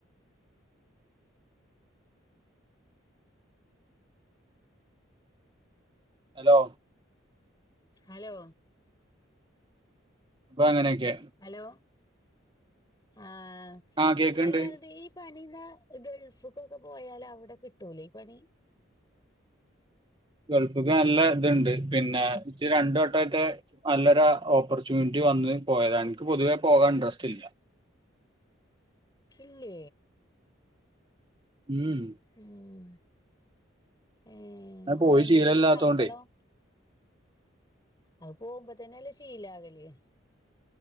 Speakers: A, on the right (about 25°); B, on the left (about 20°).
A: ഹലോ
B: ഹലോ
A: പ്പൊ അങ്ങനെക്കെ
B: ഹലോ ആഹ്
A: ആ കേക്കുണ്ട്
B: അല്ലാതീ പണീമ്മെ ഗൾഫ്ക്കൊക്കെ പോയാല് അവ്ടെ കിട്ടൂലേ ഈ പണി
A: ഗൾഫ്ക്ക് നല്ല ത്ണ്ട് പിന്നെ സ്റ്റ് രണ്ട് വട്ടായ്ട്ട് നല്ലൊര ഓപ്പർച്യൂൺറ്റി വന്ന് പോയതാ ഇൻക്ക് പൊതുവേ പോകാൻ ഇൻട്രെസ്റ്റ്ല്ല
B: ഇല്ലേ
A: ഉം
B: ഉം ഏഹ്
A: ഞാൻ
B: അതൊന്നും
A: പോയി ശീലമില്ലാത്തോണ്ടേ
B: കൂടി ശമ്പളം അത് പോവു മ്പോ തന്നെ അല്ലേ ശീലാകല്